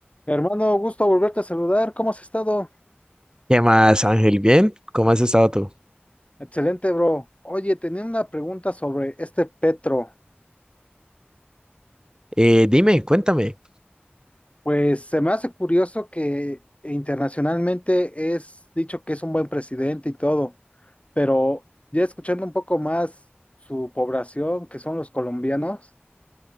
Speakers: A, on the left; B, on the right.
A: Hermano, gusto volverte a saludar. ¿Cómo has estado?
B: ¿Qué más, Ángel? ¿Bien? ¿Cómo has estado tú?
A: Excelente, bro. Oye, tenía una pregunta sobre este Petro.
B: Eh, dime, cuéntame.
A: Pues se me hace curioso que internacionalmente es dicho que es un buen presidente y todo, pero ya escuchando un poco más su población, que son los colombianos,